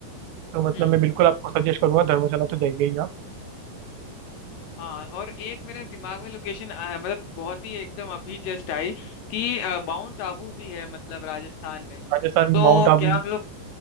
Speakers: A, on the right; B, on the left.
A: तो मतलब
B: हम्म
A: मैं
B: हम्म।
A: बिल्कुल आपको सजेस्ट करूंगा धर्मशाला तो जाइए ही आप
B: हाँ और एक मेरे दिमाग में लोकेशन आया मतलब बहुत ही एकदम अभी जस्ट आई कि अ, माउंट आबू भी है मतलब राजस्थान में
A: राजस्थान में
B: तो
A: माउंट आबू
B: क्या हम लोग